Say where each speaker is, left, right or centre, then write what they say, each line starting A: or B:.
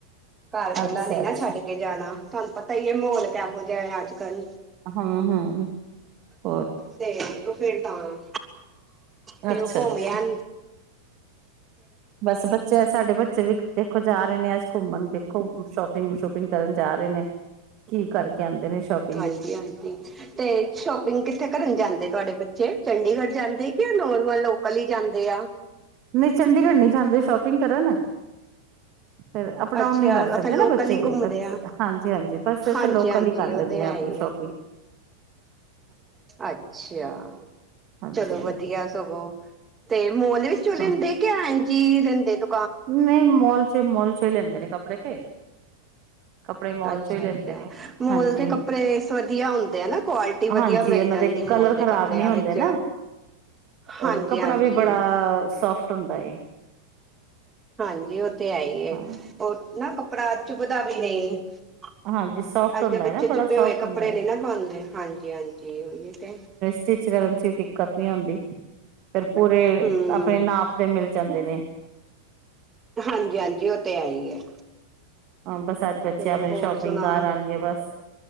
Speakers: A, on the right; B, on the right.
A: ਕਾਰ ਕੱਲਾਂ
B: ਅੱਛਾ
A: ਨੀ ਨਾ
B: ਅੱਛਾ
A: ਛੱਡ ਕੇ ਜਾਣਾ। ਤੁਹਾਨੂੰ ਪਤਾ ਈ ਏ, ਮਾਹੌਲ ਕੇਹੋ ਜੇਆ ਐ ਅੱਜ ਕੱਲ?
B: ਹੂੰ-ਹੂੰ, ਹੋਰ?
A: ਤੇ ਉਹ ਫੇਰ ਤਾਂ ਤੇ
B: ਅੱਛਾ
A: ਉਹ ਘੁੰਮਿਆ
B: ਅੱਛਾ ਬਸ ਬੱਚੇ ਐ, ਸਾਡੇ ਬੱਚੇ ਵੀ ਦੇਖੋ ਜਾ ਰੇ ਨੇ ਅੱਜ ਘੁੰਮਣ ਦੇਖੋ, ਸ਼ੋਪਿੰਗ ਸ਼ੁਪਿੰਗ ਕਰਨ ਜਾ ਰੇ ਨੇ। ਕੀ ਕਰਕੇ ਆਂਦੇ ਨੇ ਸ਼ੋਪ
A: ਹਾਂਜੀ-ਹਾਂਜੀ। ਤੇ ਸ਼ੋਪਿੰਗ ਕਿੱਥੇ ਕਰਨ ਜਾਂਦੇ ਤੁਹਾਡੇ ਬੱਚੇ? ਚੰਡੀਗੜ੍ਹ ਜਾਂਦੇ, ਕੇ ਏਹ ਨੋਰਮਲ ਲੋਕਲ ਈ ਜਾਂਦੇ ਆ?
B: ਨਈਂ ਚੰਡੀਗੜ੍ਹ ਨੀਂ ਜਾਂਦੇ, ਸ਼ੋਪਿੰਗ ਕਰਨ। ਫੇਰ ਅਪ-ਡਾਊਨ
A: ਅੱਛਾ
B: ਨੀਂ ਕਰ
A: ਉੱਥੇ
B: ਸਕਦੇ
A: ਲੋਕਲ
B: ਨਾਂ ਬੱਚੇ,
A: ਹੀ ਘੁੰਮਦੇ
B: ਬੱਚ
A: ਆ
B: ਹਾਂਜੀ ਹਾਂਜੀ, ਬਸ
A: ਹਾਂਜੀ
B: ਐਥੇ ਲੋਕਲ
A: ਹਾਂਜੀ
B: ਹੀ ਕਰ
A: ਉਹ
B: ਲੈਂਦੇ
A: ਤੇ ਹੈ
B: ਐ, ਅਪਣੀ
A: ਹੀ
B: ਸ਼ੋਪ
A: ਹੈ
B: ਠੀ
A: ਅੱਛਾ,
B: ਹਾਂਜੀ
A: ਚਲੋ ਵਧੀਆ
B: ਹਾਂਜੀ
A: ਸਗੋਂ ਤੇ ਮੋਲ ਵਿੱਚ
B: ਹਾਂ।
A: ਠੀਕ ਹੈ ਹਾਂਜੀ ਰੰਦੇ ਦੋ।
B: ਨਈਂ ਮੋਲ ਚ ਮੋਲ ਚ ਈ ਲੈਂਦੇ ਨੇਂ ਕੱਪੜੇ ਤੇ।
A: <inaudible>
B: ਕੱਪੜੇ ਮੋਲ
A: ਅੱਛਾ
B: ਚੋਂ ਹੀ ਲੈਂਦੇ
A: ਅੱਛਾ,
B: ਨੇ
A: ਮੋਲ
B: ਹਾਂਜੀ
A: ਦੇ
B: ਹਾਂਜੀ
A: ਕੱਪੜੇ ਸਵਧੀਆ ਹੁੰਦੇ ਐ ਨਾਂ ਕੁਵਾਲਿਟੀ
B: ਹਾਂਜੀ
A: ਵਧੀਆ ਮਿਲ
B: ਉਹਨਾਂ
A: ਜਾਂਦੀ
B: ਦੇ
A: ਮੋਲ
B: ਕਲਰ
A: ਦੇ
B: ਖ਼ਰਾਬ
A: ਕੱਪੜਿਆਂ
B: ਨੀਂ ਹੁੰਦੇ
A: ਵਿੱਚ
B: ਨਾਂ, ਔਰ
A: ਹਾਂਜੀ
B: ਕੱਪੜਾ
A: ਹਾਂਜੀ
B: ਵੀ ਬੜਾ, ਸੋਫਟ ਹੁੰਦਾ ਏ।
A: ਹਾਂਜੀ, ਉਹ ਤੇ ਹੈ ਹੀ ਏ।
B: ਹਾਂ
A: ਓਹ ਨਾਂ ਕੱਪੜਾ ਚੁੱਭਦਾ ਵੀ ਨਈਂ। <unintelligible>
B: ਹਾਂਜੀ ਸੋਫਟ
A: ਅੱਗੇ
B: ਹੁੰਦਾ ਹੈ
A: ਬੱਚੇ
B: ਨਾ ਬੜਾ
A: ਚੁਬਦੇ
B: ਸੋਫਟ
A: ਹੋਏ ਕੱਪੜੇ
B: ਹੁੰਦਾ ਹੈ
A: ਨੀਂ ਨਾਂ ਪਾੰਦੇ, ਹਾਂਜੀ ਹਾਂਜੀ ਓਹੀਓ ਤੇ।
B: ਚਿਚ ਕਰਨ ਚ ਦਿੱਕਤ ਨੀਂ ਔੰਦੀ ਫਿਰ ਪੂਰੇ
A: ਹੂੰ
B: ਆਪਣੇ ਨਾਪ ਤੇ ਮਿਲ ਜਾਂਦੇ ਨੇਂ।
A: ਹਾਂਜੀ ਹਾਂਜੀ ਉਹ ਤੇ ਹੈ ਈ ਏ।
B: ਹਾਂ, ਬਸ ਅੱਜ ਬੱਚੇ
A: ਚਲੋ,
B: ਆਪਣੀ
A: ਹੋਰ
B: ਸ਼ੋਪਿੰਗ
A: ਸੁਣਾਓ?
B: ਘਰ ਆਣਗੇ ਬਸ